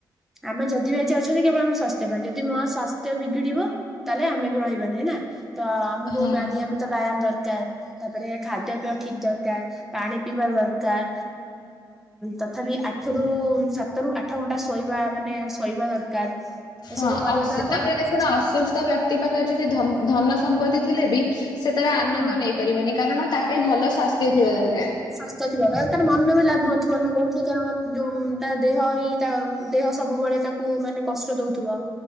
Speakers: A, in the centre; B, on the left.
A: ଆମେ ଯଦି ବି ଆଜି ଅଛନ୍ତି କେବଳ ଆମ ସ୍ୱାସ୍ଥ୍ୟ ପାଇଁ ଯଦି ମୋ ସ୍ୱାସ୍ଥ୍ୟ ବିଗିଡିବ ତାହେଲେ ଆମେ ବି ରହିବାନି ନା । ତ ଆମକୁ
B: ହଁ
A: ନିୟମିତ ବ୍ୟାୟାମ ଦରକାର୍ ତାପରେ ଖାଦ୍ୟପେୟ ଠିକ ଦରକାର ପାଣି ପିଇବା ଦରକାର ତଥାବି ଆଠ ରୁ ସାତ ରୁ ଆଠ ଘଣ୍ଟା ଶୋଇବା ମାନେ ଶୋଇବା ଦରକାର।
B: ହଁ
A: ଏସବୁ କରିବା ଦ୍ଵାରା କଣ
B: ତାପରେ
A: ଆମ
B: ଦେଖୁନ
A: ସ୍ୱାସ୍ଥ୍ୟ
B: ଅସୁସ୍ଥ ବ୍ୟକ୍ତି ପାଖରେ ଯଦି ଧନ ଧନ ସମ୍ପତ୍ତି ଥିଲେ ବି ସେ ତାର ଆନନ୍ଦ
A: ହଁ
B: ନେଇ ପାରିବନି କାରଣ ତା ପାଇଁ ଭଲ ସ୍ୱାସ୍ଥ୍ୟ ଥିବା ଦର
A: ସ୍ୱାସ୍ଥ୍ୟ ଥିବ ବାସ ତାର ମନ ବି ଲାଗୁନ ଥିବ ନା କୋଉଠି ତା ଯୋଉ ତା ଦେହ ଏଇ ତା ଦେହ ସବୁବେଳେ ତାକୁ ମନେ କଷ୍ଟ ଦୋଉଥିବ।